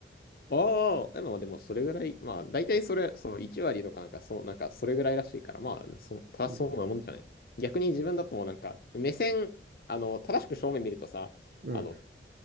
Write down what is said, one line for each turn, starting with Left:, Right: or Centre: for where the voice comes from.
Left: ああ、でも、でもそれぐらい、まあ、大体それ、その1割とかなんか、そう、なんか、それぐらいらしいから、まあ、そ、正しそうなもんじゃない。
Right: うん。
Left: 逆に自分だともうなんか、目線、あの、正しく正面見るとさ、
Right: うん。
Left: あの、